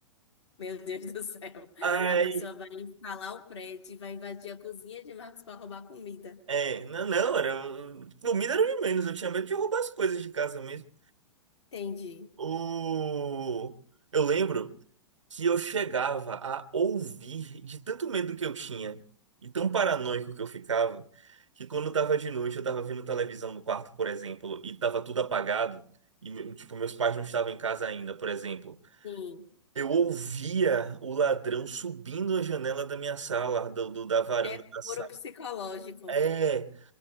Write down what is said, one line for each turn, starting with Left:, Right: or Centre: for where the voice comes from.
Left: Meu Deus do céu.
Right: Ai,
Left: A pessoa vai instalar o prédio e vai invadir a cozinha de Marcos para roubar comida.
Right: é, não, não, era, comida era o de menos, eu tinha medo de roubar as coisas de casa mesmo.
Left: Entendi.
Right: O, eu lembro que eu chegava a ouvir de tanto medo que eu tinha e tão paranoico que eu ficava, que quando tava de noite, eu tava vendo televisão no quarto, por exemplo, e tava tudo apagado, e me- tipo, meus pais não estavam em casa ainda, por exemplo.
Left: Sim,
Right: Eu ouvia o ladrão subindo a janela da minha sala, do, do- da varanda
Left: é
Right: da sala.
Left: puro psicológico.
Right: É,